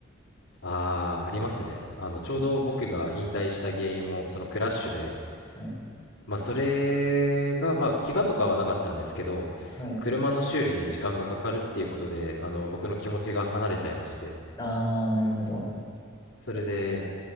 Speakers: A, on the left; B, on the left.
A: ああ、ありますね。あの、ちょうど僕が引退した原因も、
B: うん
A: そのクラッシュで、
B: はい。
A: まあ、それが、まあ、怪我とかはなかったんですけど、
B: はい。
A: 車の修理に時間がかかるっていうことで、あの、僕の気持ちが離れちゃいまして、
B: ああ、なるほど。
A: それで、